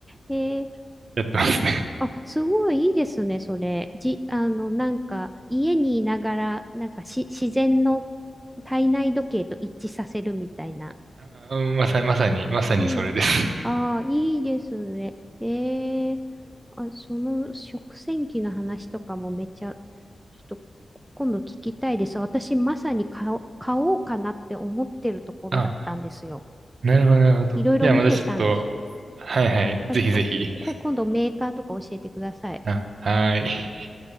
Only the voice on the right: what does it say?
やってますね。
あまさ、まさに、まさにそれです。
<laughs>
あ、なるほど、なるほど。
じゃあまたちょっと、
はいはい、
ぜひぜひ。
あ、はーい。